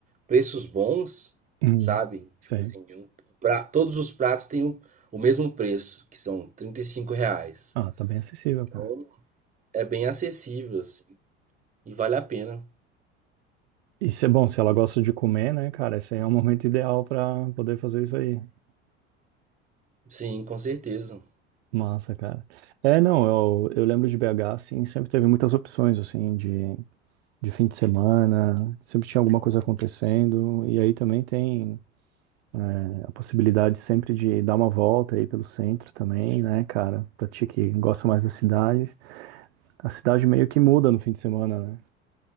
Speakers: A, on the right (about 20°); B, on the right (about 70°).
A: preços bons,
B: uhum.
A: sabe? Tipo
B: Isso
A: assim, um pra- todos os pratos têm o, o mesmo preço, que são 35 reais.
B: Ah, tá bem acessível,
A: Então
B: cara.
A: é bem acessível, assim, e vale a pena.
B: Isso é bom, se ela gosta de comer, né, cara? Esse aí é o momento ideal pra poder fazer isso aí.
A: Sim, com certeza.
B: Massa, cara. É, não, eu, eu lembro de BH, assim, sempre teve muitas opções, assim, de de fim de semana, sempre tinha alguma coisa acontecendo, e aí também tem é, a possibilidade sempre de dar uma volta aí pelo centro também, né, cara? Pra ti que gosta mais da cidade. A cidade meio que muda no fim de semana, né?